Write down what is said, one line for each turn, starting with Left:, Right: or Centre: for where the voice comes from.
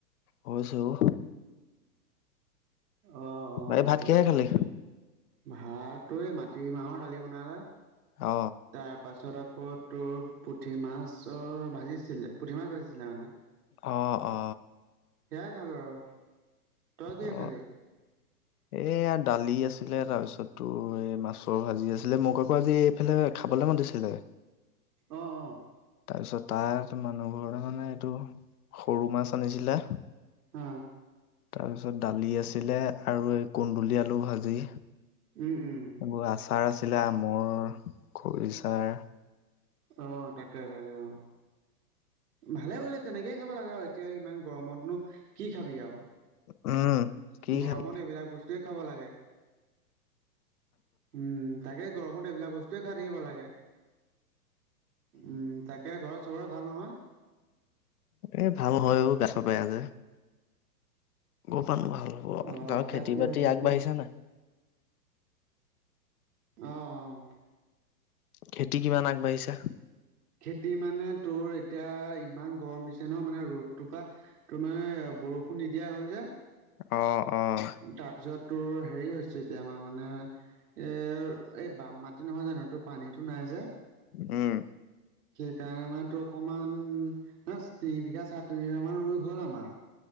Left: হৈছে অ,
Right: অ অ
Left: বাকী ভাত
Right: তাকে
Left: কিহে খালি?
Right: ভাতো এ মাটি মাহৰ দালি বনালে।
Left: অ
Right: তাৰ পাছত আকৌ তোৰ পুঠি মাছৰ ভাজিছিলে পুঠি মাছ ভাজিছিলে মানে।
Left: অ অ,
Right: সেয়াই খালো আৰু তই কিহে
Left: অ,
Right: খালি <inaudible>
Left: এয়া দালি আছিলে তাৰপিছতো এই মাছৰ ভাজি আছিলে মোক আকৌ আজি এইফালে। খাবলে মাতি ছিলে।
Right: অঁ অঁ
Left: তাৰপিছত তাত মানুহ ঘৰতে মানে এইটো সৰু মাছ আনিছিলে।
Right: অ
Left: তাৰ পিছত দালি আছিলে আৰু এই কুন্দুলি আলু ভাজি।
Right: উম উম।
Left: এইবোৰ আচাৰ আছিলে আমৰ খৰিচাৰ।
Right: অ তাকে তাকে অ, ভালে কৰিলি তেনেকেই খাব লাগে আৰু এতিয়া ইমান গৰমতনো কি খাবি আৰু
Left: উম, কি
Right: গৰমত
Left: খাবি
Right: এইবিলাক বস্তুৱে খাব লাগে। উম তাকে গৰমত এইবিলাক বস্তুৱেই খাই থাকিব লাগে। উম তাকে ঘৰত চবৰে ভাল নহয়।
Left: এ ভাল হয় অও গা চা বেয়া যে। ক পানো ভাল হ'ব
Right: অ'
Left: গাঁৱৰ খেতি
Right: তাকে
Left: বাতি
Right: তাকে।
Left: আগবাঢ়িছা নাই।
Right: অ অ,
Left: খেতি কিমান আগবাঢ়িছে।
Right: খেতি মানে তোৰ এতিয়া ইমান গৰম দিছে ন মানে ৰ'দ। তপা তোমাৰ বৰষুণ নিদিয়া হ'ল যে
Left: অ', অ',
Right: তাৰপিছত। তোৰ হেৰি হৈছে এতিয়া আমাৰ মানে। এই এই বাম মাটি নহয় জানো তো পানীটো নাই যে।
Left: উম
Right: সেইকাৰণে মানে তো অকমান মানে তিনি বিঘা চাৰে তিনি বিঘা মান ৰুই হ'ল আমাৰ।